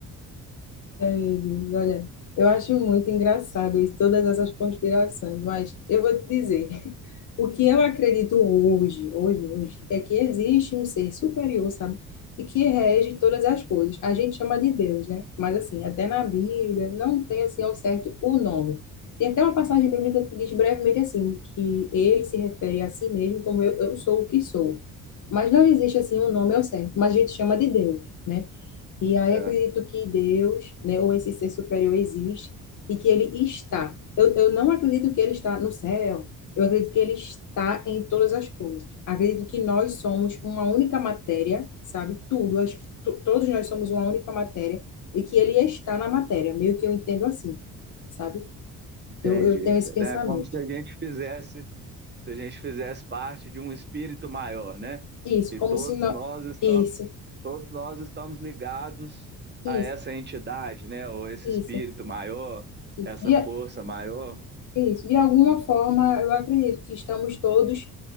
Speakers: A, on the left (about 40°); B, on the right (about 20°).
A: É, Amigo, Olha, eu acho muito engraçado isso, todas essas conspirações, mas eu vou te dizer, <laughs> o que eu acredito hoje, hoje, hoje, é que existe um ser superior, sabe? E que rege todas as coisas. A gente chama de Deus, né? Mas assim, até na Bíblia não tem assim ao certo o nome. Tem até uma passagem bíblica que diz brevemente assim, que ele se refere a si mesmo como eu, eu sou o que sou. Mas não existe assim um nome ao certo, mas a gente chama de Deus, né? E aí
B: É.
A: acredito que Deus, né, ou esse ser superior existe e que ele está. Eu, eu não acredito que ele está no céu. Eu acredito que ele está em todas as coisas. Acredito que nós somos uma única matéria, sabe? Tudo, acho que to- todos nós somos uma única matéria e que ele está na matéria, meio que eu entendo assim, sabe?
B: Entende?
A: Eu, eu tenho esse pensamento.
B: É como se a gente fizesse, se a gente fizesse parte de um espírito maior, né?
A: Isso,
B: E
A: como
B: todos
A: se não...
B: nós estamos,
A: Isso,
B: todos nós estamos ligados
A: isso,
B: a essa entidade, né? Ou esse
A: isso,
B: espírito maior,
A: isso.
B: essa
A: E,
B: força maior,
A: Isso. De alguma forma, eu acredito que estamos todos